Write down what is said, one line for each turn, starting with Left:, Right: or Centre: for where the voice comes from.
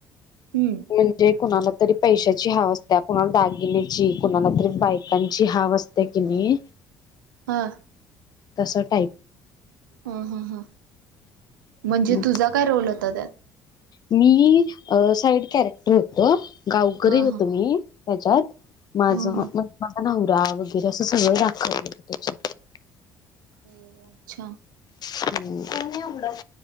Right: हम्म
Left: म्हणजे कुणाला तरी पैशाची हाव असते, कुणाला दागिन्याची कुणाला तरी बायकांची हव असते त्या की नाही
Right: हां
Left: तसं टाईप.
Right: हा ह ह म्हणजे
Left: मग
Right: तुझा काय रोल होता त्यात
Left: मी साईड कॅरेक्टर होत गावकरी
Right: हा
Left: होत
Right: हा
Left: मी त्याच्यात माझ
Right: हा
Left: म्हण
Right: हा
Left: माझा नवरा, वगैरे असं सगळं दाखव त्याच्यात-
Right: हो अच्छा
Left: हम् मला नाही आवडत